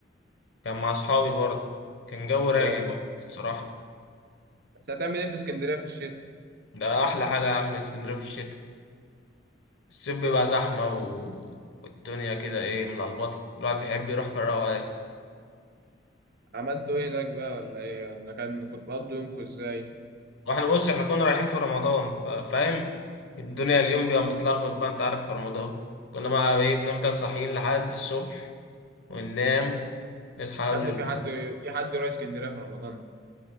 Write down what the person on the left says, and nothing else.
كان مع أصحابي برضه كان جو رايق
برضه الصراحة
ده أحلى حاجة يا عم اسكندرية في الشتاء الصيف بيبقى زحمة و... والدنيا كده إيه ملخبطة الواحد بيحب يروح في الروقان
وإحنا بص إحنا كنا رايحين في رمضان ف- فاهم الدنيا اليوم بيبقى متلخبط بقى أنت عارف في رمضان كنا بقى إيه بنفضل صاحيين لحد الصبح وننام نصحى قبل
ال...